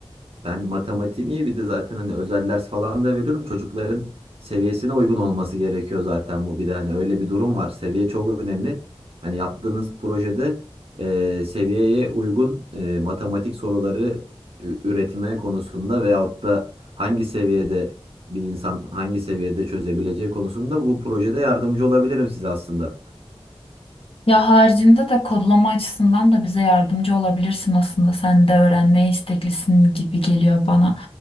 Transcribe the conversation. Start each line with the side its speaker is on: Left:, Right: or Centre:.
Right: Ben matematiğim iyi bir de zaten hani özel ders falan da veriyorum. Çocukların seviyesine uygun olması gerekiyor zaten bu. Bir de hani öyle bir durum var. Seviye çok önemli. Hani yaptığınız projede e, seviyeye uygun e, matematik soruları ü- üretme konusunda veyahut da hangi seviyede bir insan hangi seviyede çözebileceği konusunda bu projede yardımcı olabilirim size aslında.
Left: Ya haricinde de kodlama açısından da bize yardımcı olabilirsin aslında. Sen de öğrenmeye isteklisin gibi geliyor bana.